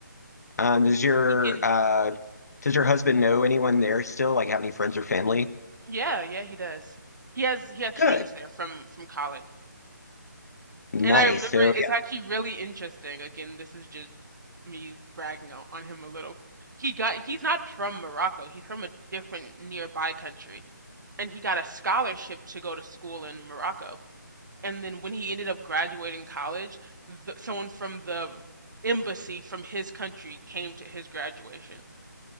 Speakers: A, on the left (about 55°); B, on the right (about 70°).
A: Um, does your
B: he can.
A: uh does your husband know anyone there still? Like have any friends or family?
B: Yeah, yeah, he does. He has he has
A: Good.
B: friends there from from college,
A: Nice.
B: and I remember
A: So
B: it's
A: yeah.
B: actually really interesting. Again, this is just me bragging on, on him a little. He got he's not from Morocco. He's from a different nearby country and he got a scholarship to go to school in Morocco. And then when he ended up graduating college, the, someone from the embassy from his country came to his graduation.